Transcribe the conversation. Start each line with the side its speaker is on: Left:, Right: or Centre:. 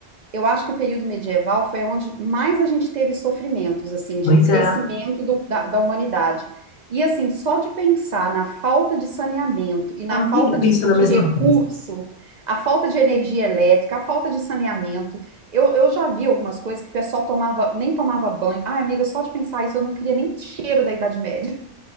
Right: Eu acho que o período medieval foi onde mais a gente teve sofrimentos, assim, de
Left: Pois
Right: crescimento
Left: é.
Right: do- da, da humanidade. E, assim, só de pensar na falta de saneamento e na falta
Left: Menina, eu
Right: de,
Left: penso
Right: de
Left: na mesma
Right: recurso,
Left: coisa.
Right: a falta de energia elétrica, a falta de saneamento. Eu, eu já vi algumas coisas que o pessoal tomava, nem tomava banho. Ah, amiga, só de pensar isso, eu não queria nem cheiro da Idade Média.